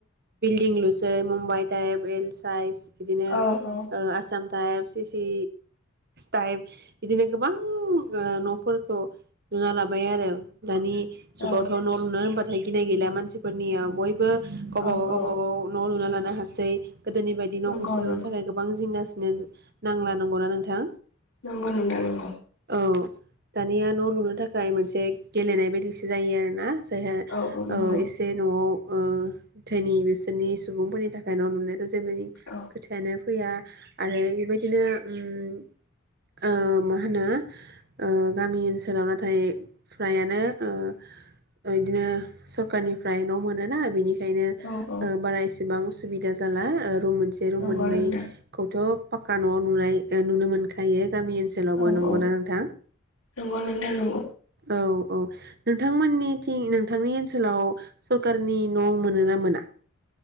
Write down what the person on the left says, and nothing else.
औ
औ
औ
औ
नंगौ
नंगौ
नंगौ नोंथां नंगौ
औ औ नंगौ
औ
औ औ
नंगौ
नोंथां
औ
औ
नंगौ नोंथां नंगौ